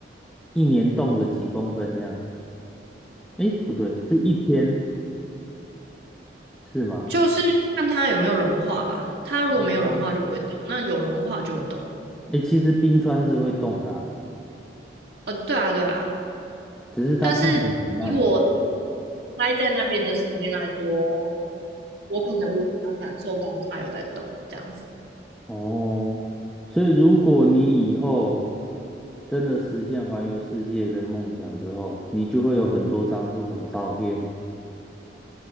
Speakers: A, in the centre; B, on the right.
A: 一年动个几公分这样。诶，不对，是一天是吗？
B: 就是看它有没有融化吧。它如果没有融化就不会动，
A: 哦，
B: 那有融化就会动。
A: 诶，其实冰川是会动的啊，
B: 呃，对啊，对啊。
A: 只是它动得很慢。
B: 但是以我待在那边的时间来说，我可能无法感受到它有在动这样子。
A: 哦，所以如果你以后真的实现环游世界的梦想之后，你就会有很多张这种照片。